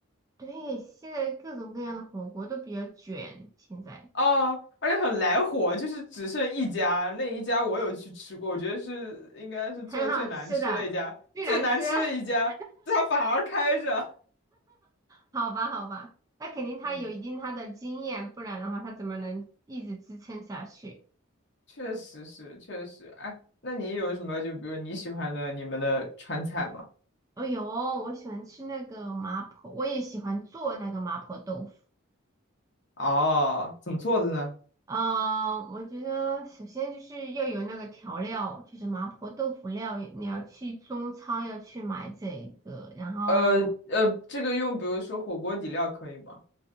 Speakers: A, on the right; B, on the left.
A: 对，现在各种各样的火锅都比较卷，现在
B: 哦，而且很来火，就是只剩一家，那一家我有去吃过，我觉得是应该是做最难吃的一家，
A: <laughs> 很好吃的，最难吃，
B: 最难吃的一家，
A: <laughs>
B: 它反而开着，
A: 好吧，好吧，那肯定他有一定他的经验，
B: 嗯，
A: 不然的话他怎么能一直支撑下去？
B: 确实是，确实，哎，那你有什么就比如你喜欢的你们的川菜吗？
A: 哦哟，我喜欢吃那个麻婆，我也喜欢做那个麻婆豆腐。
B: 哦，怎么做的呢？
A: 啊、呃我觉得首先就是要有那个调料，就是麻婆豆腐料，你要去中超要去买这个，然后
B: 呃呃，这个用比如说火锅底料可以吗？